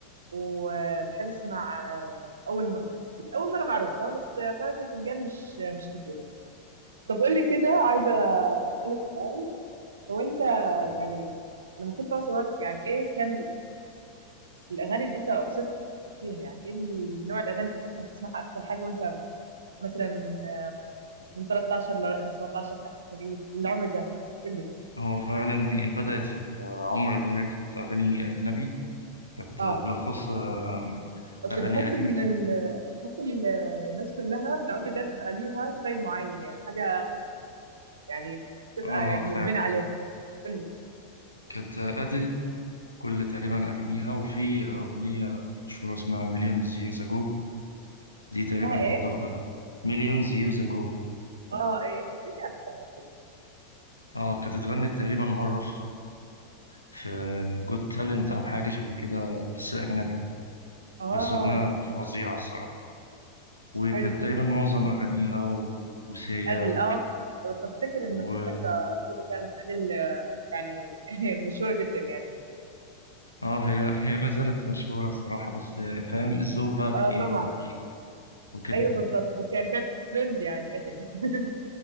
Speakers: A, on the right (about 70°); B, on the left (about 85°).
A: وبحب اسمع آه اول مره اول مره معروفه بس آه، قارئة الفنجان مش مش كتير طب قول لي كده عايزه اسالك سؤال هو انت
B: آه.
A: يعني لما كنت صغير يعني ايه كان الاغاني اللي انت اوبسيست بيها يعني ايه النوع الاغاني اللي كنت بتحب تسمعها اكتر حاجه وانت مثلا من 13 ل 17 يعني العمر ده قول لي
B: هو فعلا هي بدأت في العمر ده كانت اغاني اجنبي كانت
A: اه
B: بالاخص آه،
A: اصل
B: اغاني
A: بحس
B: اديل
A: ان ال... بحس ان الناس كلها بالعمر ده بيبقى ليها ستايل معين يعني حاجه يعني بتبقى
B: اه
A: يعني مدمنه
B: فعلا
A: عليها قول لي
B: كانت اديل كل تقريبا أغانيها وفي أغنية مشهورة اسمها مليون years ago دي تقريبا
A: اسمها
B: كنت
A: ايه
B: واخدة مليون years ago
A: اه ايه استني عرفتها
B: اه كانت اتغنت تقريبا مرة في في جود تالنت أو حاجة شبه كده بس أجنبي
A: اه
B: بس أغنية فظيعة الصراحة وكانت
A: حلو
B: تقريبا معظم أغانيها و- وسيا
A: ادل
B: و...
A: اه بفتكر انه
B: و...
A: في فتره كده كانت ادل يعني <laughs> مشهوره جدا يعني
B: اه هي هي ما زالت مشهورة الصراحة بس فاهم الذوق بقى بي...
A: اه طبعا
B: بيروح بيجي وكده
A: ايوه بالظبط بس يعني كانت ترند يعني ادل <laughs>